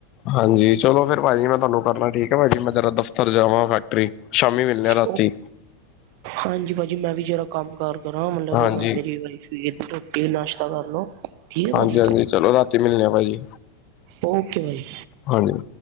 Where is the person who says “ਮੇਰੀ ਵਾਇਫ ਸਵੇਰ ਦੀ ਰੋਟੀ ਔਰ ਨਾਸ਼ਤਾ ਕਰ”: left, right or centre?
Right